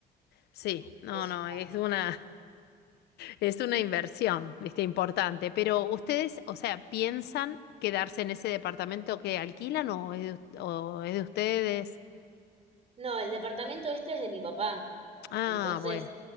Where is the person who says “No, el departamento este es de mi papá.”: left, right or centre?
Right